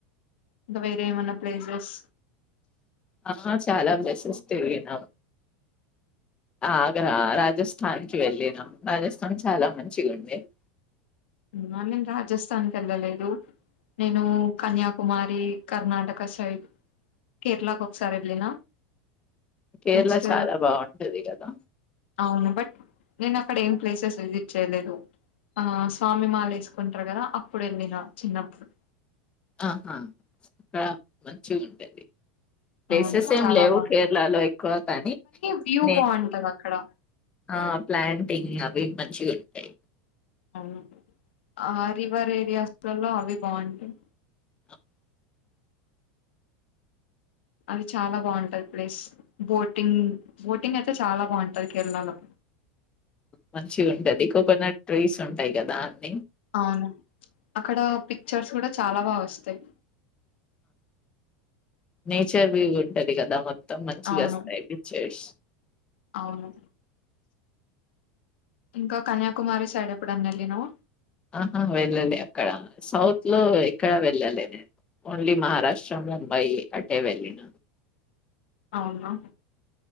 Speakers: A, on the left; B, on the left.
A: ఇంకా వేరే ఏమన్నా ప్లేసెస్
B: ఆహా చాలా ప్లేసెస్ తిరిగినా ఆగరా రాజస్థాన్ కి వెళ్ళినాం రాజస్థాన్ చాలా మంచిగా ఉంది <inaudible>
A: మనం రాజస్థాన్ వెళ్ళలేదు నేను కన్యాకుమారి కర్ణాటక సైడ్ కేర్లాకి ఒకసారి వెళ్ళిన
B: కేరళ
A: నెక్స్ట్
B: చాలా బాగుంటది కదా
A: అవును బట్ నేను అక్కడ ఏం ప్లేసెస్ విజిట్ చేయలేదు ఆ స్వామి మాల వేసుకుంటారు కదా అప్పుడు వెళ్ళిన చిన్నప్పుడు
B: ఆహా అక్కడ మంచి ఉంటంది ప్లేసెస్
A: అవును
B: ఏం
A: చాలా
B: లేవు
A: బాగుంటది
B: కేరళలో ఎక్కువ కానీ
A: వ్యూ
B: నేను
A: బాగుంటది అక్కడ
B: ఆ ప్లాంటింగ్ అవి మంచిగా ఉంటాయి
A: అవును ఆ రివర్ రివరరియాస్ లో అవి బాగుంటయి
B: <inaudible>
A: అది చాలా బాగుంటది ప్లేస్ బోటింగ్ బోటింగ్ అయితే చాలా బాగుంటది కేరళలో
B: మంచి ఉంటది కోకోనట్ ట్రీస్ ఉంటాయి కదా అన్ని
A: అవును అక్కడ పిక్చర్స్ కూడా చాలా బాగా వస్తాయి
B: నేచర్ వ్యూ ఉంటది కదా మొత్తం మొత్తం మంచిగా
A: అవును
B: వస్తాయి పిక్చర్స్
A: అవును ఇంకా కన్యాకుమారి సైడ్ ఎప్పుడున్నా వెళ్ళనవ
B: ఆహా వెళ్ళాలే అక్కడ సౌత్ లో ఎక్కడ వెళ్ళాలే నేను ఓన్లీ మహారాష్ట్ర ముంబై అట్టే వెళ్ళిన
A: అవునా